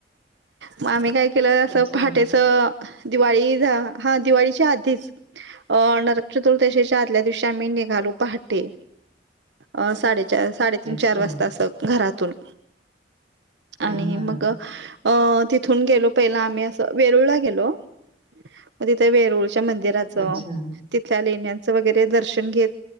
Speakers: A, on the right; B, on the right.
A: मग आम्ही काय केलं असं
B: अच्छा,
A: पहाटेच. दिवाळी झा हा दिवाळीच्या आधीच. अ नरक चतुर्दशीच्या आदल्या दिवशी आम्ही निघालो पहाटे. अ साडे चार. साडेतीन
B: अच्छा.
A: चार वाजता अस घरातून
B: हां,
A: आणि
B: हां, हां.
A: मग. अ तिथून गेलो पहिला आम्ही असं वेरुळला गेलो. म तिथे वेरुळच्या मंदिराचं
B: अच्छा.
A: तिथल्या लेण्यांचं वगैरे दर्शन घेत